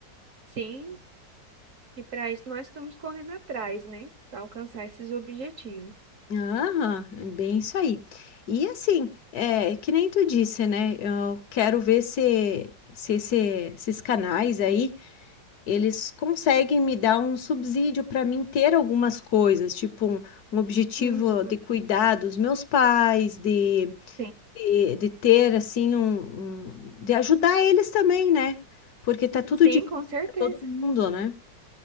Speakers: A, on the right; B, on the left.
A: Sim, e para isso nós estamos correndo atrás, né? Para alcançar esses objetivos.
B: Aham, é bem isso aí. E assim, é, que nem tu disse, né? Eu quero ver se, se esse- esses canais aí, eles conseguem me dar um subsídio para mim ter algumas coisas, tipo um, um objetivo
A: Uhum.
B: de cuidar dos meus pais, de,
A: Sim,
B: de, de ter assim um, um- de ajudar eles também, né? Porque tá tudo
A: sim,
B: difícil
A: com certeza.
B: para todo mundo, né?